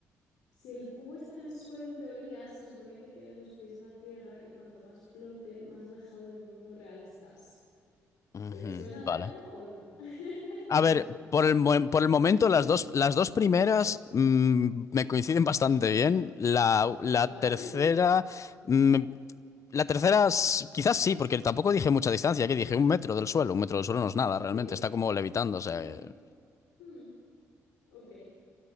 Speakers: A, on the left; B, on the left.
A: Si el cubo está en el suelo, en teoría, se supone que tienes los pies en la tierra y cuanto más flote, más alejado del mundo real estás.
B: Ujú,
A: ¿Te suena
B: Vale.
A: de algo o no? <laughs>
B: A
A: Vale.
B: ver, por el, mo- por el
A: <laughs>
B: momento las dos, las dos primeras mm, me coinciden bastante bien. La, la
A: Vale.
B: tercera mm, La tercera, s- quizás sí, porque tampoco dije mucha distancia, que dije un metro del suelo. Un metro del suelo no es nada,
A: Sí,
B: realmente. Está como levitando,
A: sí.
B: o sea. eh,
A: Hmm, ok.